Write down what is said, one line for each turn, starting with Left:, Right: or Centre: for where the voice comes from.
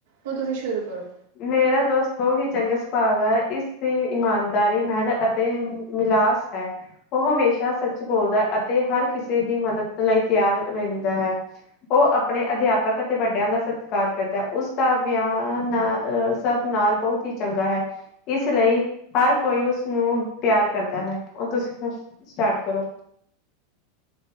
Right: ਹੁਣ ਤੁਸੀਂ ਸ਼ੁਰੂ ਕਰੋ
Left: ਮੇਰਾ ਦੋਸਤ ਬਹੁਤ ਹੀ ਚੰਗਾ ਸੁਭਾਵ ਐ ਇਸ ਦੀ ਇਮਾਨਦਾਰੀ ਮੇਹਨ ਅਤ ਤੇ ਮਿਲਾਸ ਹੈ ਓਹ ਹਮੇਸ਼ਾ ਸੱਚ ਬੋਲਦਾ ਅਤੇ ਹਰ ਕਿਸੇ ਦੀ ਮਦਦ ਲਈ ਤਿਆਰ ਰੈਹੰਦਾ ਹੈ। ਓ ਅਪਣੇ ਅਧਿਆਪਕ ਅਤੇ ਵੱਡਿਆਂ ਦਾ ਸਤਕਾਰ ਕਰਦੈ, ਓਸਦਾ ਵਿਆਹ ਨਾ ਅਹ ਸਬ ਨਾਲ ਬਹੁਤ ਹੀ ਚੰਗਾ ਹੈ। ਇਸ ਲਈ ਹਰ ਕੋਈ ਉਸਨੂੰ ਪਿਆਰ ਕਰਦਾ ਹੈ, ਓਹ ਤੁਸ ਸਟਾਰਟ ਕਰੋ।